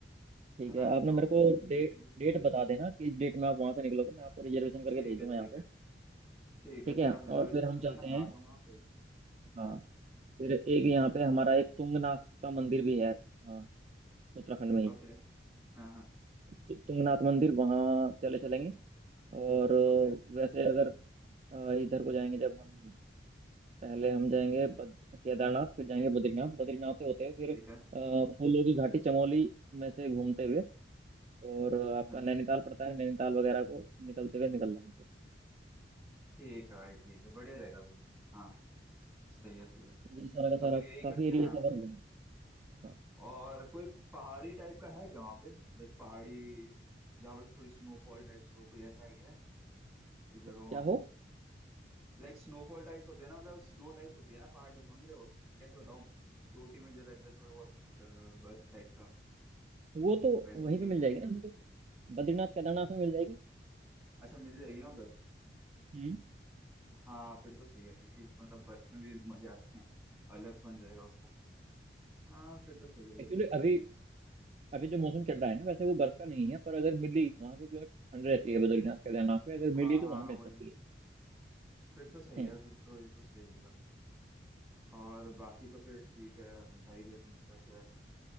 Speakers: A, on the right; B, in the centre.
A: ठीक
B: है ना
A: है आपने
B: तो
A: मेरे को
B: बस का रिजर्वेशन
A: डेट
B: कर दो
A: डेट बता देना किस डेट में आप वहाँ से निकलोगे मैं आपको रिजर्वेशन करके
B: ठीक
A: भेज
B: है
A: दूंगा
B: ठीक
A: यहाँ से
B: है ठीक है
A: ठीक
B: फिर
A: है
B: आप रिजर्वेशन
A: और फिर हम
B: कर देना
A: चलते हैं
B: मैं आ जाऊंगा फिर
A: हाँ
B: हाँ
A: फिर एक यहाँ पे हमारा एक तुंगनाथ का मंदिर भी है हाँ उत्तराखंड में ही
B: ओके हाँ हाँ
A: तु- तुंगनाथ मंदिर वहाँ चले चलेंगे और अ,
B: ओके
A: वैसे अगर अ, इधर को जाएंगे जब हम पहले हम जाएंगे बद, केदारनाथ फिर जाएंगे बद्रीनाथ बद्रीनाथ से होते हुए फिर
B: ठीक
A: अ,
B: है
A: फूलों की घाटी चमोली में से घूमते हुए और अ, आपका
B: हाँ
A: नैनीताल पड़ता है नैनीताल वगैरह को निकलते हुए निकल लेंगे फिर
B: ठीक है भाई ठीक है बढ़िया रहेगा फिर हाँ सही है सही है
A: ये सारा का
B: तो
A: सारा
B: फिर
A: काफी
B: यही करते
A: एरिया
B: हैं
A: कवर हो जाएगा हाँ
B: और कोई पहाड़ी टाइप का है क्या वहाँ पे लाइक पहाड़ी जहाँ पे थोड़ी स्नोफॉल टाइप्स हो कोई ऐसा आइडिया है कोई जगह
A: तो
B: वहाँ
A: क्या
B: पे
A: हो
B: लाइक स्नोफॉल टाइप्स होते हैं ना मतलब स्नो टाइप्स होती है ना पहाड़ पे समझ रहे हो कैसे बताऊँ चोटी में जो रहता है थोड़ा बहुत अ, बर्फ टाइप का
A: वो तो
B: वैसा
A: वहीं
B: कोई
A: पे मिल
B: एरिया
A: जाएगी ना हमको बद्रीनाथ केदारनाथ में मिल जाएगी
B: अच्छा मिल जाएगी ना उधर
A: हम्म
B: हाँ फिर तो सही है क्योंकि मतलब बर्फ में भी मजे आते हैं अलग फन रहेगा उसका हाँ फिर तो सही है वो
A: एक्चुअली
B: भी।
A: अभी अभी जो मौसम चल रहा है ना वैसे वो बर्फ का नहीं है पर अगर मिली वहाँ की क्योंकि ठंड रहती है बद्रीनाथ केदारनाथ में अगर
B: हाँ
A: मिली तो
B: हाँ
A: वहाँ
B: हाँ,
A: मिल
B: वही
A: सकती
B: वही
A: है
B: फिर तो सही
A: हम्म
B: है फिर तो ये तो सही रहेगा और बाकी तो फिर ठीक है बता ही दिया तुमने क्या क्या है।